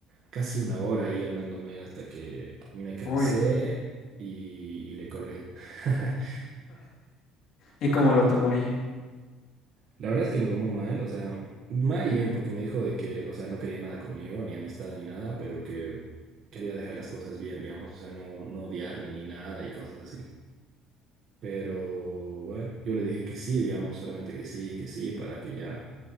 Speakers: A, on the right; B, on the left.
A: casi una hora ahí hablándome hasta que me cansé
B: Uy.
A: y, y le colgué. <laughs>
B: ¿Y cómo lo tomó ella?
A: La verdad es que lo tomó mal, o sea, mal y bien, porque me dijo de que, o sea, no quería nada conmigo, ni amistad ni nada, pero que quería dejar las cosas bien, digamos, o sea, no, no odiarme ni nada y cosas así. Pero bueno, yo le dije que sí, digamos, solamente que sí, que sí, para que ya